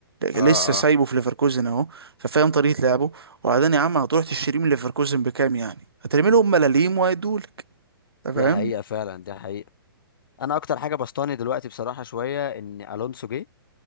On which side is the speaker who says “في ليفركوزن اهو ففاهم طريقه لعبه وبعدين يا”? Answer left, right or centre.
Right